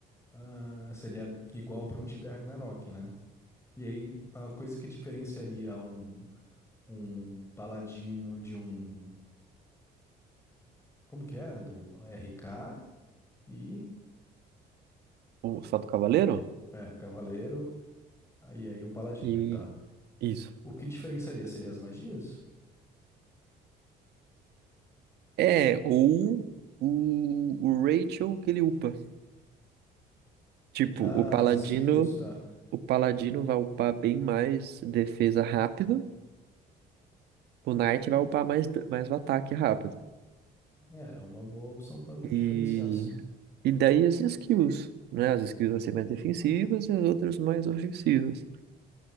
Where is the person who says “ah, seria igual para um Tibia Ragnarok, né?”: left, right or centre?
Left